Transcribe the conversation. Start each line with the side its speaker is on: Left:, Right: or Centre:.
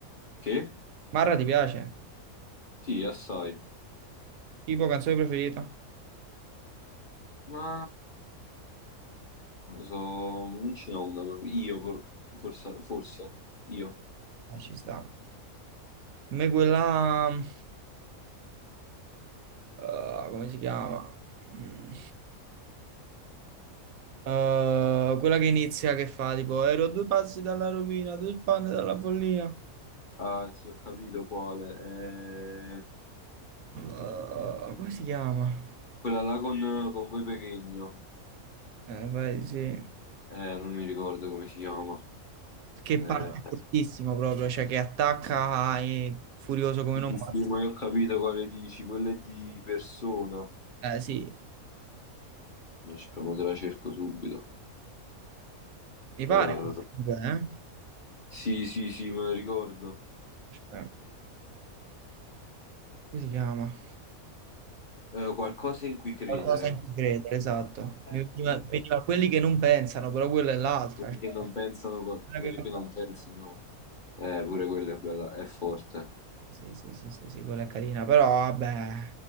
Left: Che?
Right: Marra ti piace?
Left: Sì, assai.
Right: Tipo canzone preferita?
Left: Ma non lo so, non ce n'ho una proprio. Io, pro- forse, forse, io.
Right: Ah, ci sta. A me quella... eh, come si chiama? Mm. Eh, quella che inizia, che fa tipo ero a due passi dalla rovina, due spanne dalla follia.
Left: Ah, sì, ho capito quale. È
Right: Eh, come si chiama?
Left: quella là con, con Voi Pechegno.
Right: Eh, vai, sì.
Left: Eh, non mi ricordo come si chiama.
Right: che
Left: Eh,
Right: parte fortissimo proprio, cioè che attacca e furioso come
Left: sì,
Right: non muore.
Left: sì, ma io ho capito quale dici, quella è di Persona.
Right: Eh, sì,
Left: Eh, Speriamo te la cerco subito.
Right: mi pare.
Left: Eh,
Right: Eh?
Left: sì, sì, sì, me la ricordo.
Right: Aspetta. Come si chiama?
Left: Eh, qualcosa in cui credere.
Right: Qualcosa in cui credere, esatto.
Left: Eh,
Right: Mi veniva,
Left: sì,
Right: veniva
Left: sì.
Right: quelli che non pensano, però quella è l'altra.
Left: Quelli
Right: cioè,
Left: che non pensano, co-
Right: quella
Left: quelli
Right: che
Left: che
Right: non
Left: non
Right: pensa.
Left: pensano. Eh, pure quella è bella, è forte.
Right: Sì, sì, sì, sì, sì, quella è carina, però vabbè.